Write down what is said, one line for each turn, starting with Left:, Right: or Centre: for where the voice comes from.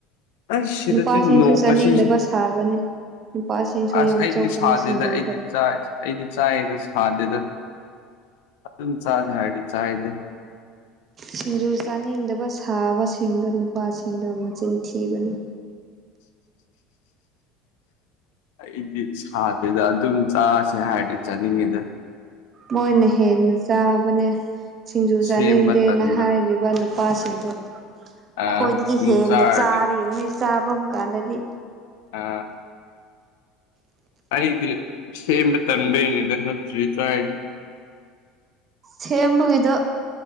Left: ꯑꯩ ꯁꯤꯗꯗꯤ
Right: ꯅꯨꯄꯥꯁꯤꯡꯁꯨ
Left: ꯅꯣꯡ
Right: ꯆꯥꯅꯤꯡꯗꯕ
Left: ꯉꯁꯤꯁꯦ
Right: ꯁꯥꯕꯅꯦ ꯅꯨꯄꯥꯁꯤꯡꯁꯨ
Left: ꯑꯁ
Right: ꯌꯥꯝ
Left: ꯑꯩꯗꯤ
Right: ꯆꯣꯞꯄꯅ
Left: ꯁꯥꯗꯦꯗ
Right: ꯁꯤꯡꯖꯨꯗ꯫
Left: ꯑꯩꯗꯤ ꯆꯥꯏ ꯑꯩꯗꯤ ꯆꯥꯏꯗ ꯁꯥꯗꯦꯗ ꯑꯗꯨꯝ ꯆꯥꯗ ꯍꯥꯏꯗꯤ ꯆꯥꯏꯗ꯫
Right: ꯁꯤꯡꯖꯨ ꯆꯥꯅꯤꯡꯗꯕ ꯁꯥꯕꯁꯤꯡꯗꯣ ꯅꯨꯄꯥꯁꯤꯡꯗꯣ ꯃꯆꯤꯟ ꯊꯤꯕꯅꯤ꯫
Left: ꯑꯩꯗꯤ ꯁꯥꯗꯦꯗ ꯑꯗꯨꯝ ꯆꯥꯁꯦ ꯍꯥꯏꯔꯗꯤ ꯆꯥꯅꯤꯡꯉꯤꯗ
Right: ꯃꯣꯏꯅ ꯍꯦꯟꯅ ꯆꯥꯕꯅꯦ ꯁꯤꯡꯖꯨ
Left: ꯁꯦꯝꯕ
Right: ꯆꯥꯅꯤꯡꯗꯦꯅ
Left: ꯇꯟꯕ
Right: ꯍꯥꯏꯔꯤ꯫ ꯏ ꯅꯨꯄꯥꯁꯤꯡꯗꯣ
Left: ꯑꯥ
Right: ꯈ꯭ꯋꯥꯏꯗꯒꯤ
Left: ꯑꯃꯨꯛ
Right: ꯍꯦꯟꯅ
Left: ꯆꯥꯔꯗꯤ
Right: ꯆꯥꯔꯤꯕꯅꯤ ꯆꯥꯐꯝ ꯀꯥꯟꯗꯗꯤ
Left: ꯑ ꯑꯩꯗꯤ ꯁꯦꯝꯕ ꯇꯟꯕꯩꯅꯤꯗ ꯊ꯭ꯔꯤ ꯆꯥꯏ
Right: ꯁꯦꯝꯕꯒꯤꯗ